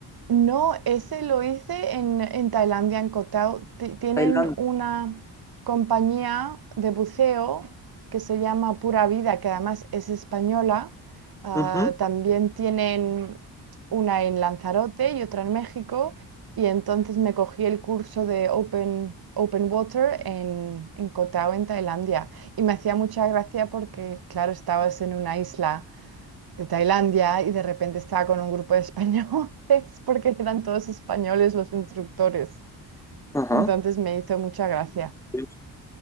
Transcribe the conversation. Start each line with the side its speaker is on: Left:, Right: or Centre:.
Right: No, ese lo hice en, en Tailandia, en Koh Tao. Ti- Tienen
Centre: Tailandia.
Right: una compañía de buceo que se llama Pura Vida, que además es española. Ah,
Centre: Ujú.
Right: también tienen una en Lanzarote y otra en México. Y entonces me cogí el curso de Open, Open Water en, en Koh Tao, en Tailandia. Y me hacía mucha gracia porque, claro, estabas en una isla de Tailandia y de repente estaba con un grupo de españoles <laughs> porque eran todos españoles los instructores.
Centre: Ajá.
Right: Entonces me hizo mucha gracia.
Centre: Pues